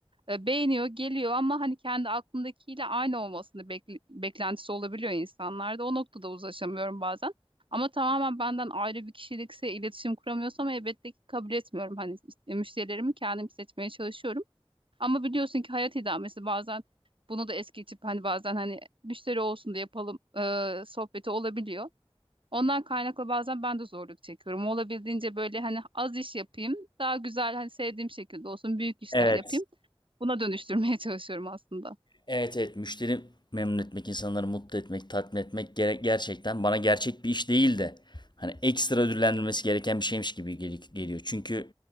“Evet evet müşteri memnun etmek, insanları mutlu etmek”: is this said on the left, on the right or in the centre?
Left